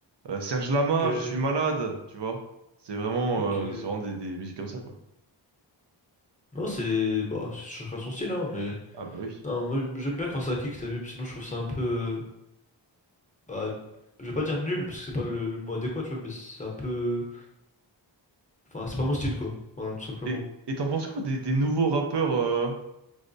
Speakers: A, on the right; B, on the left.
A: euh, Serge Lama,
B: Ok.
A: Je suis malade, tu vois. C'est vraiment,
B: Ok.
A: euh, c'est vraiment des, des musiques comme ça, quoi.
B: Non, c'est. Bah, chacun son style, hein, mais.
A: Ah bah oui.
B: Non, moi, j'aime bien quand ça kick, t'as vu, sinon je trouve ça un peu. euh, Bah, je vais pas dire nul, parce que c'est pas le, le mot adéquat, tu vois, mais c'est un peu. Enfin, c'est pas mon style, quoi. Voilà, tout simplement.
A: Et et t'en penses quoi des, des nouveaux rappeurs, euh,